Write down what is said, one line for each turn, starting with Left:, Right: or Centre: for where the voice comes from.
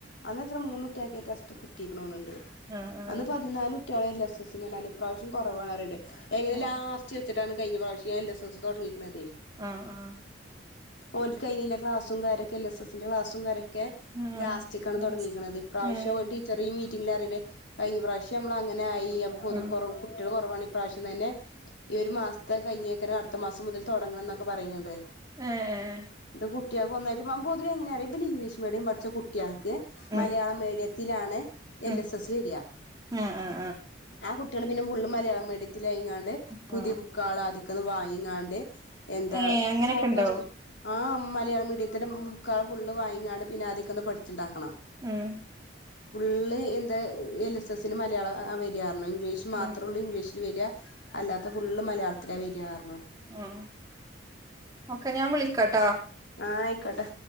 Left: അന്ന് എത്ര മൂന്നു ട്ടിയേക്കറ്റെ സ്റ്റ് കിട്ടിക്ക്ണോ ന്ന്ണ്ട്.
Right: ആഹ് ആഹ്
Left: അന്ന് പതിനാലും കുട്ടിയേള് എൽ എസ് എസ് നാണാൻ ഇപ്രാവശ്യം കുറവാണാറിണ്ട്. എകല്ലാസ്
Right: ഉം
Left: ച്ച്ച്ചിട്ടാണ് കഴിഞ്ഞ പ്രാവശ്യം ഞാ എൽ എസ് എസ് തുടങ്ങിക്ക്ണതേ.
Right: ആഹ് ആഹ്
Left: ഓൽക് കൈനില്ലെ ക്ലാസ്സും കാരൊക്കെ എൽ എസ് എസിന്റെ ക്ലാസ്സും കാരൊക്കെ
Right: ആഹ്
Left: ക്കാണ്
Right: ലാസ്
Left: തുടങ്ങിക്ക്ണത് ഇപ്രാവശ്യോം
Right: ഏഹ്
Left: ടീച്ചർ ഈ മീറ്റിങ്ങ് ലറിണ്ട് കഴിഞ്ഞ പ്രാവശ്യം നമ്മൾ അങ്ങനായി അപ്പം പൊതു
Right: ആഹ്
Left: കൊറവ് കുട്ടിയേൾ കൊറവാണ് ഇപ്രാവശ്യം തന്നെ. ഈ ഒരു മാസ്ത്തെ കഴിഞ്ഞേക്കനെ അടുത്ത മാസം മുതൽ തുടങ്ങണം ന്നാപ്പം പറിണത്.
Right: ഏഹ് ഏഹ്
Left: ഇന്ത കുട്ടിയാക്ക് ഒന്നായിറ്റ് മമ്പു ഇതിൽ എങ്ങനെ റ്യോ ഇബല് ഇംഗ്ലീഷ് മീഡിയം പഠിച്ച കുട്ടിയാ. ക്ക്
Right: ഉം
Left: മലയാളം മീഡിയത്തിലാണ് എൽ
Right: ഉം
Left: എസ് എസ് വരാ
Right: ആഹ് ആഹ്
Left: ആഹ് കു കുട്ടിയള് പിന്നെ ഫുള്ള് മലയാളം മീഡിയത്തിലയ്ങ്ങാണ്ട്
Right: ആഹ്
Left: പുതിയ
Right: ആഹ്
Left: ബുക്കാള് ആദിക്കന്ന് വാങ്ങിങ്ങാണ്ട് എന്താ
Right: ഏഹ് അങ്ങനെയൊക്കെണ്ടോ
Left: ഫോട്ടോസ്റ്റ് ആഹ് മലയാള മീഡിയത്തിൻ്റെ ബുക്കാള് ഫുള്ള് വാങ്ങിങ്ങാണ്ട് പിന്നെ ആദ്യക്കന്ന് പഠിച്ചിണ്ടാക്കണം.
Right: ഉം
Left: ഫുള്ള് എന്താ എൽ എസ് എസിന് മലയാളം അഹ് ആഹ് വരാർഞ്ഞു ഇംഗ്ലീഷ്. മാത്രേള്ളൂ
Right: ഉം
Left: ഇംഗ്ലീഷില് വരാ അല്ലാത്ത ഫുള്ള് മലയാളത്തിലാ വരാ ർഞ്ഞു.
Right: ഉം ഓക്കെ ഞാൻ വിളിക്കാട്ടാ?
Left: ആഹ് അയിക്കോട്ടെ.